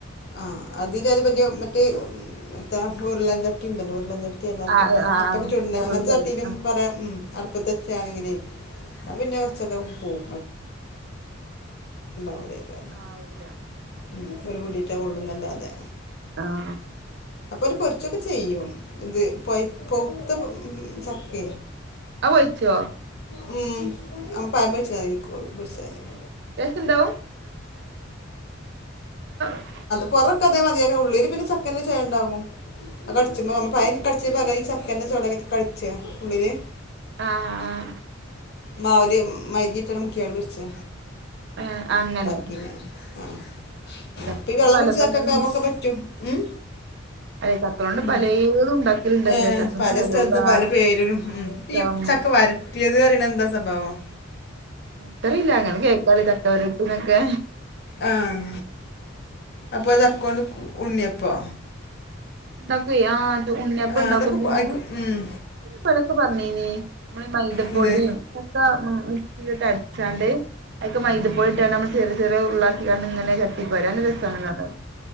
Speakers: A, on the left; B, on the right.
A: ആഹ് അതിന് അതിപല്യ മറ്റേ തേഫൂർ ഉരുളാഞ്ചട്ടി ഉണ്ടല്ലോ ഉരുളാചട്ടി കിലോതമ്മ
B: ആഹ് ആഹ്
A: അപ്പൊക്കെ ചുടുന്ന
B: ഉരുളി
A: അങ്ങനത്തെചട്ടിയിലും
B: ചള്ളി ആഹ്
A: കുറെ ഉം അടുപ്പത്തെ വെച്ചിട്കാണെങ്കില് അത് പിന്നെ ഉച്ചക്കക് പോവും. <unintelligible>
B: ആവൂല.
A: ഉം. ഒരു പുടിറ്റെ കൊള്ളുംന്നല്ലാതെ
B: ആഹ്
A: അപ്പോ ഒരു പൊരിച്ചൊക്കെ ചെയ്യും. ഇത് പൊയ് പൊവുത്ത മ് മ്ചക്ക
B: അ വൽ ച്ചോ
A: ഉം <unintelligible>
B: ടേയ്സ്റ്റ് ഇണ്ടാവും <unintelligible>
A: പുറക്ക അതേ മതിയല്ലോ ഉള്ളിൽ പിന്നെചക്കന് ചൊയ്യണ്ടാവും അത്
B: ആഹ്
A: ക ടിച്ചുമ്പോ പയനി ഈ ചക്കൻ്റെ ചുളകയി ച്ച കഴ് ച്ച ഉള്ളില്.
B: ആഹ് ആഹ്
A: മാവില് മൈദ ഇട്ടട് മുക്കി അങ്ങട് പിടിച്ചേ
B: ആഹ് അങ്ങനെ.
A: ക്കീനറ്യെ. ആഹ്.
B: ചക്കോണ്ട്
A: അപ്പൊ ഈ വെള്ളം
B: പല
A: കുടിച്ച
B: പലതും
A: ചക്കക്കാവുമ്പൊക്കെ പറ്റും. ഉം
B: അല്ലെ ചക്കോണ്ട്
A: ഉം.
B: പലേതും ഉണ്ടാക്കലുണ്ടല്ലോ
A: ഏഹ്
B: ചക്കോണ്ട്
A: പല
B: ഹലുവ
A: സ്ഥലത്ത്ന്ന് പല പേരിലും
B: പായസം
A: ഉം ഈ ചക്ക വര ട്ടിയത് പറിണത് എന്താ സംഭവം?
B: ഇൻക്കറീല്ല. ങ്ങനെ കേക്കാലേ ചക്കവരട്ടീന്നൊക്കെ.
A: ആഹ് അത് പോലെ ചക്കോണ്ട് ഉണ്ണിയപ്പോ?
B: ഉണ്ടാക്ക്വേ ആഹ് ഉണ്ണിയപ്പംഉണ്ടാക്കും.
A: ആ അതൊക്കെ
B: പിന്നെ
A: കു- ആയിക്കോ- ഉം.
B: പിന്നെ ബലൊക്കെ പറഞ്ഞിനി നമ്മടെ മൈതപ്പൊടിം
A: എന്ത്
B: ചക്ക മിക്സീല്ട്ട് അടിച്ചാണ്ട് അയ്ക്ക് മൈദ പൊടിയിട്ട് നമ്മൾ ചെറിയ ചെറിയ ഉരുളാക്കികാണ്ട് ഇങ്ങനെ ചട്ടിപാര നല്ലരസാണ് കാണാൻ.